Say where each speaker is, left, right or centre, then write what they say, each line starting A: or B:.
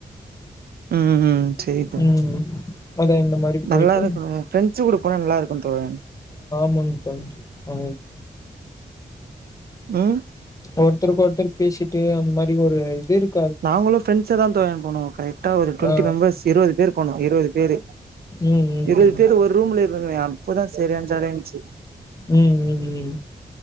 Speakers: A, on the right; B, on the left.
A: உம் உம் சேரி தோழர்
B: ம் அதா இந்த மாரி
A: நல்லா
B: போயிட்டு
A: இருக்கும் ப்ரெண்ட்ஸ் கூட போனா நல்லா இருக்கும் தோழன்
B: ம த ஆ
A: ஆஹ
B: ஒருத்தருக்கு ஒருத்தருக்கு பேசிட்டு அந்த மாதிரி ஒரு இது இருக்
A: நாங்களும் ஃபிரெண்ட்ஸ தான் தோழன் போனோம் கரெக்டா ஒரு டுவெண்ட்டி
B: ஆ
A: மெம்பர்ஸ் இருபது பேர் போனோம் இருபது பேரு
B: ம் ம்
A: இருபது பேரு ஒரு ரூம்ல இரு அப்போதான் சரியானா ஜாலி இருந்துச்சு
B: ம் ம் ம் ம்